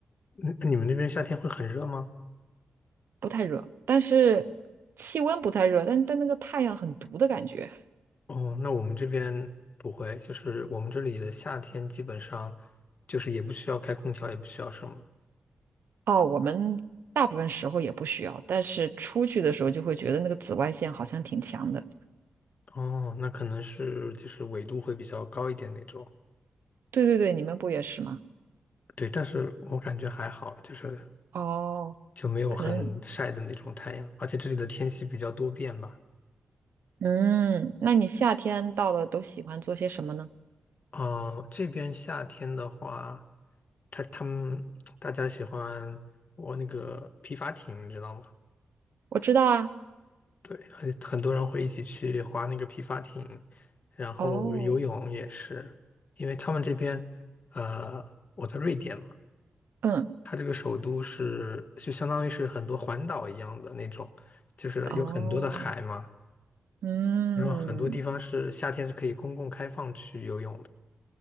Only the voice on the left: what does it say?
嗯你们那边夏天会很热吗？
哦，那我们这边不会，就是我们这里的夏天基本上就是也不需要开空调，也不需要什么。
哦，那可能是就是纬度会比较高一点那种。
对，但是我感觉还好，就是
就没有很晒的那种太阳，
而且这里的天气比较多变吧。
哦，这边夏天的话，他他们大家喜欢我那个皮筏艇，你知道吗？
对，很很多人会一起去划那个皮筏艇，然后游泳也是，
因为他们这边，呃，我在瑞典嘛，
它这个首都是就相当于是很多环岛一样的那种，就是有很多的海嘛，
然后很多地方是夏天是可以公共开放去游泳的，